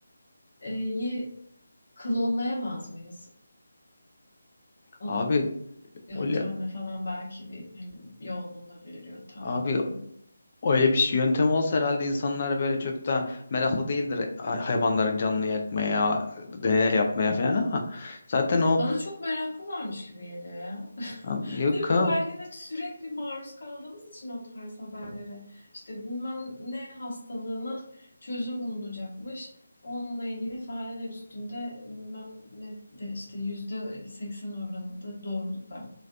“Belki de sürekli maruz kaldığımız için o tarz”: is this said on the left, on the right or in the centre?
Left